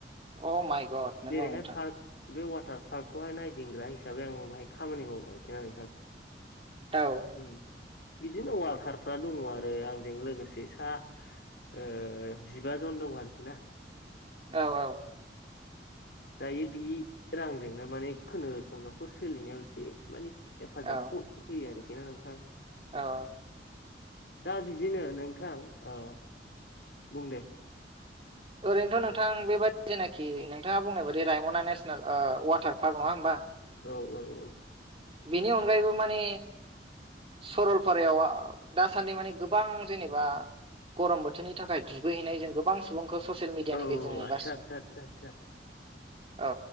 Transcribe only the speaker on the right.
अ माइ गड नोंगौ
नोंथां
औ
औ औ
औ
औ
ओरैनोथ' नोंथां बेबायादि जेनाखि
नोंथाङा बुंनाय बायदि रायमना नेसनेल ओ वाटार पार्क नङा होनोमबा
बेनि अनगायैबो माने सरलपारायाव दासान्दि माने गोबां जेनेबा गरम बोथोरनि थाखाय दुगैहैनाय जों गोबां सुबुंखो ससियेल मिडियानि
गेजेरजों नुगासिनो।
औ